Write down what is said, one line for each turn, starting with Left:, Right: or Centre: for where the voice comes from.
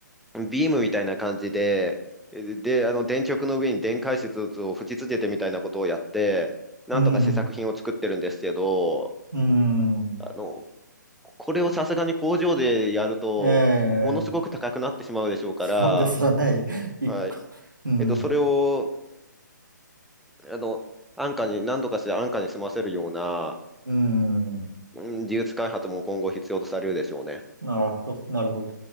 Centre: ビームみたいな感じで、で、であの、電極の上に電解質を吹き付けてみたいなことをやって、なんとか試作品を作ってるんですけど、
Right: え。うん、うん。
Centre: あの、これをさすがに工場でやると、
Right: ええ
Centre: ものすごく高くなってしまうでしょうから、
Right: そうですよね。<laughs> 一個、
Centre: はい。
Right: うん、
Centre: えっと、それを、あの、安価に、何とかして安価に済ませるような、
Right: うん、
Centre: うん、技術開発も今後必要とされるでしょうね。
Right: なるほど、なるほ